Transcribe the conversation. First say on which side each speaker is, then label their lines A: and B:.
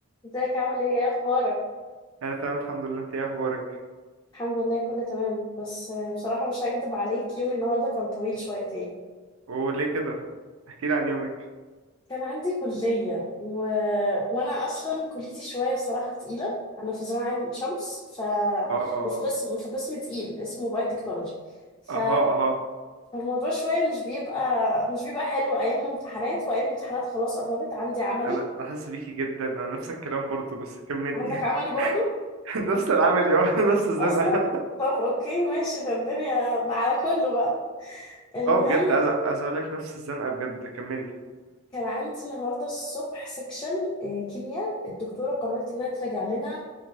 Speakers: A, on the left; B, on the right.
A: ازيك عامل ايه ايه اخبارك
B: انا تمام الحمد لله انت ايه اخبارك
A: الحمد لله كله تمام بس آه، بصراحة مش هكدب عليك يومي النهاردة كان طويل شويتين
B: وليه كده احكي لي عن يومك
A: كان عندي كلية و... وانا اصلا كليتي شوية صراحة تقيلة انا في زراعة عين شمس ف
B: اه
A: وفي قسم في قسم تقيل اسمه باي تكنولوجي ف
B: اها اها
A: فالموضوع شوية مش بيبقى مش بيبقى حلو ايام الامتحانات وايام الامتحانات خلاص قربت عندي عملي
B: انا أنا حاسس بيكي جدا انا نفس الكلام برضو بس كملي
A: عندك عملي برضو
B: <laughs> نفس العمل يا <laughs> نفس الزنقه
A: اصلا طب اوكي ماشي ده الدنيا ده على كله بقى المهم
B: اه بجد عايز أ- عايز اقول لك نفس الزنقه بجد كملي
A: كان عندي النهارده الصبح سكشن آه، كيمياء الدكتوره قررت انها تراجع لنا